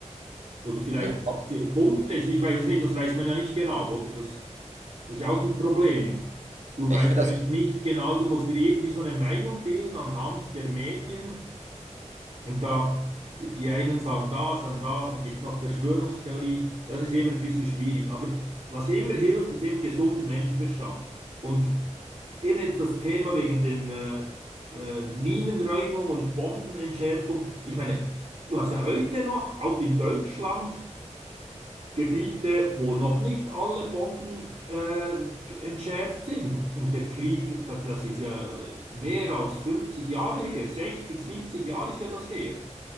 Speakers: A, on the right (about 55°); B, on the right (about 75°).
A: Oder vielleicht
B: Ja,
A: auch
B: wo-
A: viel- Hunderte, ich weiß es nicht, das weiß man ja nicht genau, oder? Das, das ist ja auch ein Problem. Du
B: ich
A: weißt
B: finde
A: ja
B: das,
A: eigentlich nicht genau, du musst dir irgendwie so eine Meinung bilden anhand der Medien. Und da, die, die einen sagen das, dann das, dann gibt es noch Verschwörungstheorie. Das ist immer ein bisschen schwierig. Aber was immer hilft, ist eben gesunder Menschenverstand. Und eben jetzt das Thema wegen den äh, äh, Minenräumung und Bombenentschärfung. Ich meine, du hast ja heute noch, auch in Deutschland, Gebiete, wo noch nicht alle Bomben äh, entschärft sind. Und der Krieg, da- das ist ja mehr als 50 Jahre her, 60, 70 Jahre ist ja das her.